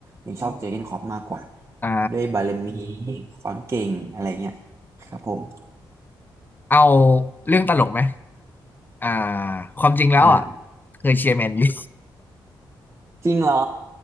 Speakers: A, on the right; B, on the left.
A: ยังชอบเจอร์เก้นคล็อปมากกว่า
B: อ่า
A: ด้วยบารมีความเก่งอะไรเงี้ยครับผม
B: เอาเรื่องตลกไหมอ่าความจริงแล้วอ่ะ
A: อ่า
B: เคยเชียร์แมนยู
A: จริงเหรอ